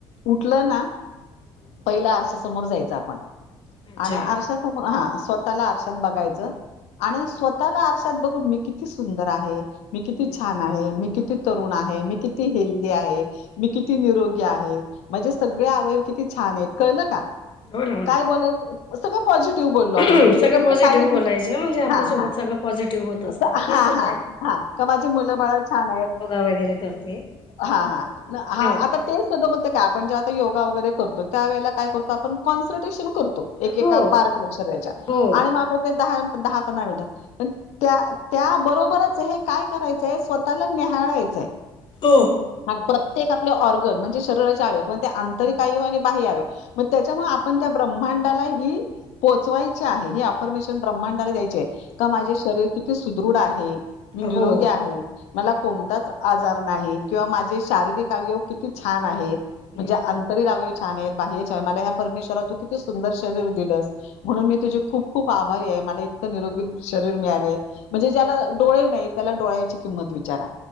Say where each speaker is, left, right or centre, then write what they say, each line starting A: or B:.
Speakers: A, on the left; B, on the left.
A: उठलं ना पहिलं आरश्या समोर जायचं आपण?
B: अच्छा
A: आणि आरशासमोर हा स्वतःला आरशात बघायचं आणि
B: हम्म
A: स्वत ला आरशात बघून मी किती सुंदर आहे मी किती
B: हम्म
A: छान? मी किती तरुण आहे मी किती हेल्दी आहे मी
B: हम्म
A: किती निरोगी आहे? माजे सगळे आवयव किती छान आहेत कळलं का
B: हो ना हो ना
A: काय बोलायचं? सगळं पॉझिटिव्ह बोललो
B: सगळं
A: आपण भले तुमचं
B: पॉझिटिव्ह
A: काही
B: बोलायच
A: दु
B: म्हणजे आपल्या
A: हा
B: सोबत
A: हा
B: सगळं पॉझिटिव्ह होतच.
A: असं
B: मी
A: हा
B: स्वताय
A: हा हा का माझी मुलं बाळ छान आहेत
B: वगैरे करते
A: हा हा
B: हो
A: हा आता तेच <unintelligible> काय आपण जे आता योगा वैगेरे करतो त्यावेेळेला काय करतो आपण काॅन्संट्रेशन करतो. एकेका
B: हो
A: पार्टवर शरीराच्या
B: हो
A: आणि म आप ते दहा दहा पंधरा मिनिटं पण त्या त्याबरोबरच हे काय करायचंय स्वतःला निहाळायचंय.
B: हो.
A: हा प्रत्येक आपले ऑर्गन म्हणजे शरीराचे अवयव किंवा ते आंतरिक अवयव आणि बाह्य अवयव मग त्याच्यामुळे
B: अच्छा
A: आपण त्या
B: हो
A: ब्रह्मांडाला ही. की हम्म पोचवायचे आहे हे अफर्मेशन ब्रह्मांडाला द्यायचे आहे का माझे
B: अच्छा
A: शरीर कि ती सुदृढ आहे, मी निरोगी
B: हो
A: आहे, मला
B: हम्म
A: कोणताच आजार नाही किंवा माझे शारीरिक अवयव किती छान आहेत म्हणजे
B: हम्म
A: आं तरी अवयव छान आहेत बाह्य छान आहे मला ह्या परमेश्वरा तू किती सुंदर शरीर दिलंस म्हणून मी तुझी खूप खूप आभारी आहे मला इतकं निरोगी शरीर मिळालंय म्हणजे ज्याला
B: अच्छा हम्म
A: डोळे नाही त्याला डोळ्याची किंमत विचारा